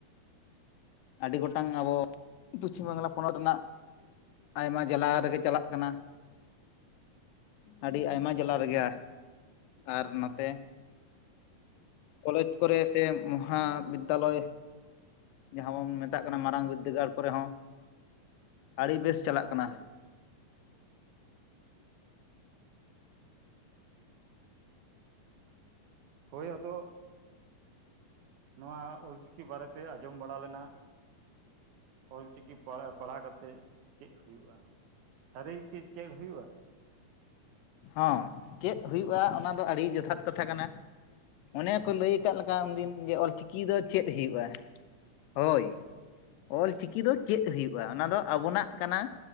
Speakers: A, on the left; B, on the right.
A: ᱟᱹᱰᱤ ᱜᱚᱴᱟᱝ ᱟᱵᱚ ᱯᱚᱪᱷᱤᱢ ᱵᱟᱝᱞᱟ ᱯᱚᱱᱚᱛ ᱨᱮᱱᱟᱜ ᱟᱭᱢᱟ ᱡᱮᱞᱟ ᱨᱮᱜᱮ ᱪᱟᱞᱟᱜ ᱠᱟᱱᱟ᱾ ᱟᱹᱰᱤ ᱟᱭᱢᱟ ᱡᱮᱞᱟ ᱨᱮᱜᱮ ᱟᱨ ᱱᱚᱛᱮ ᱠᱚᱞᱮᱡᱽ ᱠᱚᱨᱮ ᱥᱮ ᱢᱚᱦᱟ ᱵᱤᱫᱽᱫᱟᱞᱚᱭ ᱡᱟᱦᱟᱸ ᱵᱚᱱ ᱢᱮᱛᱟᱜ ᱠᱟᱱᱟ ᱢᱟᱨᱟᱝ ᱵᱤᱫᱽᱫᱟᱹᱜᱟᱲ ᱠᱚᱨᱮ ᱦᱚᱸ ᱟᱹᱰᱤ ᱵᱮᱥ ᱪᱟᱞᱟᱜ ᱠᱟᱱᱟ᱾
B: ᱟᱪᱪᱷᱟ ᱦᱳᱭ ᱟᱫᱚ ᱱᱚᱣᱟ ᱚᱞ ᱪᱤᱠᱤ ᱵᱟᱨᱮᱛᱮ ᱟᱸᱡᱚᱢ ᱵᱟᱲᱟ ᱞᱮᱱᱟ᱾ ᱚᱞ ᱪᱤᱠᱤ ᱯᱟ ᱯᱟᱲᱦᱟᱣ ᱠᱟᱛᱮᱜ ᱪᱮᱫ ᱦᱩᱭᱩᱜ-ᱟ? ᱥᱟᱹᱨᱤ ᱜᱮᱠᱤ ᱪᱮᱫ ᱦᱩᱭᱩᱜ-ᱟ?
A: ᱦᱚᱸ ᱪᱮᱫ ᱦᱩᱭᱩᱜ-ᱟ, ᱚᱱᱟ ᱫᱚ ᱟᱹᱰᱤ ᱡᱚᱛᱷᱟᱛ ᱠᱟᱛᱷᱟ ᱠᱟᱱᱟ᱾ ᱚᱱᱮ ᱠᱚ ᱞᱟᱹᱭ ᱠᱟᱫ ᱞᱮᱠᱟ, ᱩᱱᱫᱤᱱ ᱡᱮ ᱚᱞ ᱪᱤᱠᱤ ᱫᱚ ᱪᱮᱫ ᱦᱩᱭᱩᱜ-ᱟ? ᱦᱳᱭ ᱚᱞ ᱪᱤᱠᱤ ᱫᱚ ᱪᱮᱫ ᱦᱩᱭᱩᱜ-ᱟ ᱚᱱᱟ ᱫᱚ ᱟᱵᱚᱱᱟᱜ ᱠᱟᱱᱟ,